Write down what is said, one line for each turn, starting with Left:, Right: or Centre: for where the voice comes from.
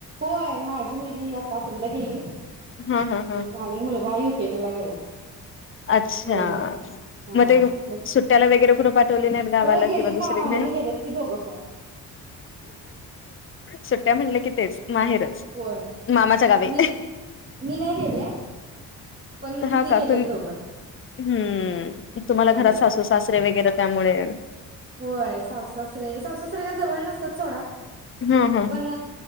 Right: होय माझी मुलगी आता आठवीला गेली.
Left: हा हा हा
Right: एक आणि मुलगा युकेजीला गेलाय.
Left: अच्छा
Right: दोन आहेत हा
Left: मग ते
Right: मग
Left: सुट्ट्याला वगै <unintelligible> सोडली नाहीत गावाला
Right: होय गेलेत
Left: किंवा दुसरीकडे
Right: ना माहेरी गेलेत की दोघं पण
Left: सुट्ट्या म्हटले की तेच माहेरच
Right: होय
Left: मामाच्या गावी
Right: मी मी नाही गेले पण
Left: हा
Right: ते
Left: का
Right: गेलेत
Left: तुम
Right: दोघं
Left: हम्म तुम्हाला
Right: मुलं
Left: घरात सासू सास वगैरे त्यामुळे
Right: होय सासू सासरे सासू सासरे काय जवळ नसतात सोडा
Left: हा हा
Right: पण